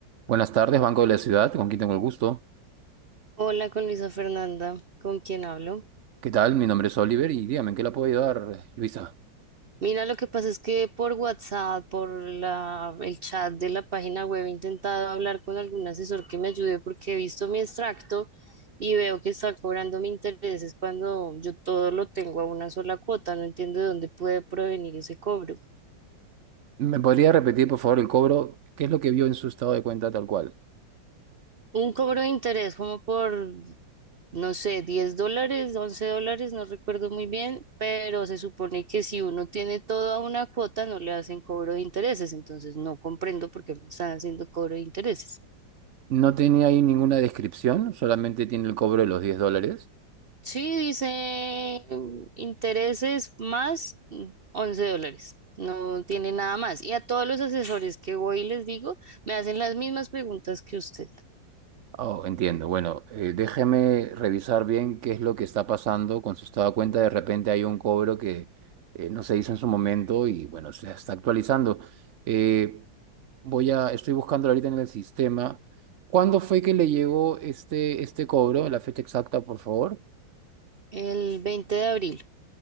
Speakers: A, on the right; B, on the right.
A: Buenas tardes, Banco de la Ciudad, con quien tengo el gusto.
B: Hola con Luisa Fernanda, ¿con quién hablo?
A: ¿Qué tal? Mi nombre es Oliver y dígame, ¿en qué la puedo ayudar, eh, Luisa?
B: Mira, lo que pasa es que por WhatsApp, por la, el chat de la página web, he intentado hablar con algún asesor que me ayude porque he visto mi extracto y veo que está cobrando mi intereses cuando yo todo lo tengo a una sola cuota. No entiendo de dónde puede provenir ese cobro.
A: ¿Me podría repetir, por favor, el cobro? ¿Qué es lo que vio en su estado de cuenta tal cual?
B: Un cobro de interés como por no sé, 10 dólares, 11 dólares, no recuerdo muy bien, pero se supone que si uno tiene toda una cuota no le hacen cobro de intereses, entonces no comprendo por qué me están haciendo cobro de intereses.
A: No tenía ahí ninguna descripción, solamente tiene el cobro de los diez dólares.
B: Sí, dice mm, intereses más mm, 11 dólares, no tiene nada más. Y a todos los asesores que voy y les digo, me hacen las mismas preguntas que usted.
A: Oh, entiendo. Bueno, eh, déjeme revisar bien qué es lo que está pasando con su estado de cuenta. De repente hay un cobro que eh, no se hizo en su momento y, bueno, se está actualizando. Eh, Voy a, estoy buscando ahorita en el sistema. ¿Cuándo fue que le llegó este, este cobro? La fecha exacta, por favor.
B: El 20 de abril.